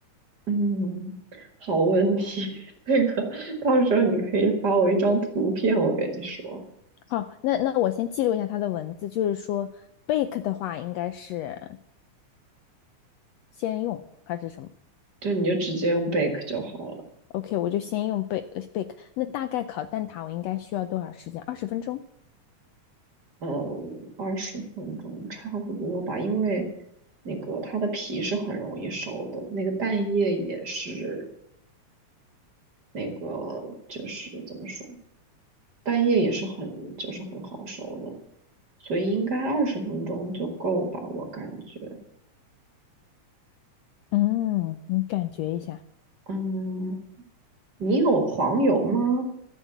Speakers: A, on the right (about 40°); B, on the left (about 80°).
A: 嗯，好问题，<laughs> 这个到时候你可以发我一张图片，我跟你说，
B: 好，那那我先记录一下它的文字，就是说 bake 的话应该是先用还是什么
A: 就你就直接用 bake 就好了。
B: ？OK，我就先用 bake bake。那大概烤蛋挞我应该需要多少时间？二十分钟。
A: 呃二十分钟差不多吧，因为那个它的皮是很容易熟的，那个蛋液也是那个就是怎么说，蛋液也是很就是很好熟的，所以应该二十分钟就够吧，我感觉。
B: 嗯，你感觉一下。
A: 嗯，你有黄油吗？